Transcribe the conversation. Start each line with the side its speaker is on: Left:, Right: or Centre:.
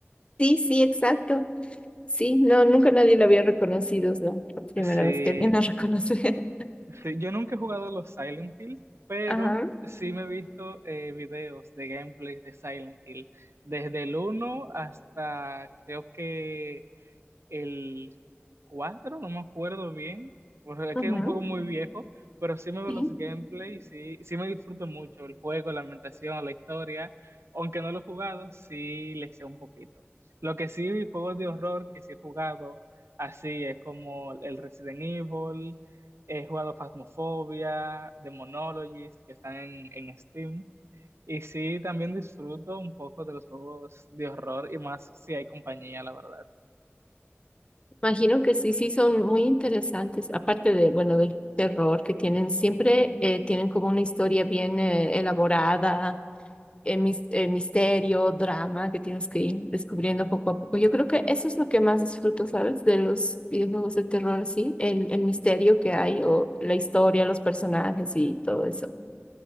Left: Sí, sí, exacto. Sí, no, nunca nadie lo había reconocido, es la la primera
Right: Sí,
Left: vez que alguien lo reconoce.
Right: Sí, yo nunca he jugado los Silent Hill, pero
Left: <laughs> Ajá.
Right: sí me he visto eh, videos de gameplay de Silent Hill, desde el uno hasta creo que el 4 no me acuerdo bien, porque es
Left: ajá
Right: que es un juego muy viejo, pero sí me veo
Left: Sí.
Right: los gameplay sí, sí me disfruto mucho el juego, la ambientación, la historia, aunque no lo he jugado, sí le sé un poquito. Lo que sí, juegos de horror que sí he jugado, así es como el Resident Evil, he jugado Phasmophobia, Demonologist, que están en, en Steam. Y sí, también disfruto un poco de los juegos de horror y más si hay compañía, la verdad.
Left: Imagino que sí, sí, son muy interesantes. Aparte de, bueno, del terror que tienen, siempre eh, tienen como una historia bien eh, elaborada, eh, mis- eh, misterio, drama que tienes que ir descubriendo poco a poco. Yo creo que eso es lo que más disfruto, ¿sabes? De los videojuegos de terror, sí, el, el misterio que hay o la historia, los personajes y todo eso.